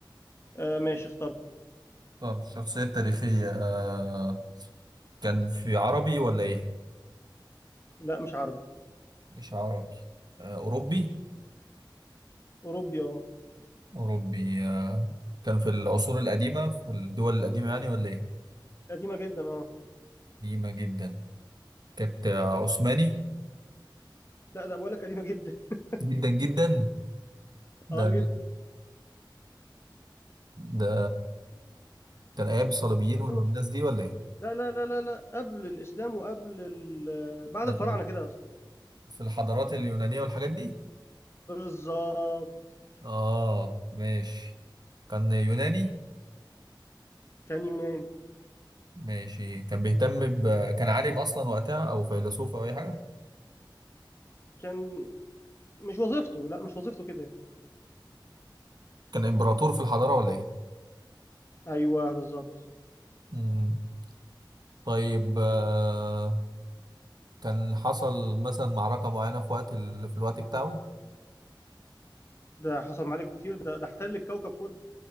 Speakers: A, on the left; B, on the right.
A: آه ماشي اخترت
B: طب شخصية تاريخية آه كان في عربي ولا إيه؟
A: لا مش عربي
B: مش عربي آه أوروبي
A: أوروبي اه
B: أوروبي آه كان في العصور القديمة في الدول القديمة يعني ولا إيه؟
A: قديمة جدا اه
B: قديمة جدا كانت آه، عثماني
A: لا لا بقول لك قديمة جدا <laughs>
B: جدا جدا ده
A: اه جدا
B: ده كان أيام الصليبيين
A: شخصية
B: والناس
A: مشهورة
B: دي ولا إيه؟
A: لا لا لا لا لا قبل الإسلام وقبل ال... آه، بعد
B: ده
A: الفراعنة
B: في ال-
A: كده اصلا
B: في الحضارات اليونانية والحاجات دي؟
A: بالظبط
B: آه ماشي كان يوناني
A: كان يوناني
B: ماشي كان بيهتم ب... كان عالم اصلا وقتها او فيلسوف او اي حاجه
A: كان مش وظيفته لا مش وظيفته كده يعني.
B: كان امبراطور في الحضاره ولا ايه
A: ايوه بالظبط
B: مم. طيب آه، كان حصل مثلا معركه معينه في وقت ال... في الوقت بتاعه
A: ده حصل معاك كتير ده ده احتل الكوكب كله